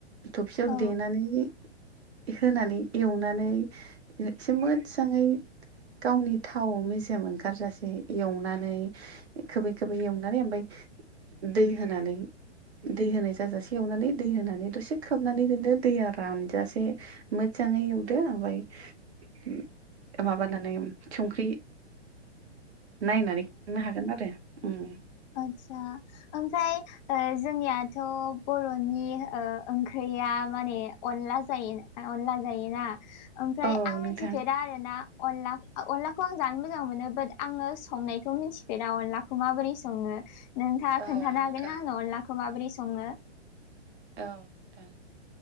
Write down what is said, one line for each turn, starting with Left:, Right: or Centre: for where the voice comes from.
Right: थफसेयाव
Left: औ
Right: देनानै होनानै एवनानै एसे मोजाङै। गावनि थाव मेजेम ओंखारजासे एवनानै। इखोबो इखोबो एवनानै ओमफाय दै होनानै। दै होनाय जाजासे एवनानै दै होनानै दसे खोबनानैदो दैया रानजासे। मोजाङै एवदो ओमफाय उम माबानानै। संख्रि नायनानै खांनो हागोन आरो ओम।
Left: आस्सा ओमफ्राय ओ जोंनियाथ'। बर'नि ओ ओंख्रिया माने अनला जायो अनला जायोना। ओमफ्राय
Right: औ
Left: आं
Right: नोंथां
Left: मिथिफेरा आरो ना। अनलाख अनलाखौ आं जानो मोजां मोनो बाट आङो संनायखौ मिन्थिफेरा अनलाखौ माबोरै सं सङो नोंथाङा
Right: औ
Left: खोन्थानो
Right: नोंथां
Left: हागोन ना आंनो अनलाखौ माबोरै संङो।
Right: औ ओ